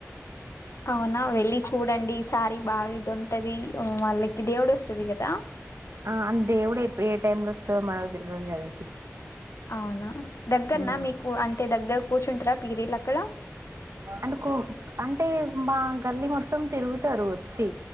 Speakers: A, on the left; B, on the right.
A: అవునా వెళ్లి చూడండి ఈ సారి బాగా ఇది ఉంటది మళ్ళకి దేవుడు వస్తది కదా
B: ఆ అ దేవుడుే ఏ టైం లో సో మనకు తెలవదు కదా సిస్టర్
A: అవునా దగ్గరనా
B: ఉమ్
A: మీకు అంటే దగ్గర కూర్చుంటారా పీరీలు అక్కడ
B: అంటే కో అంటే మా గల్లి మొత్తం తిరుగుతారు వచ్చి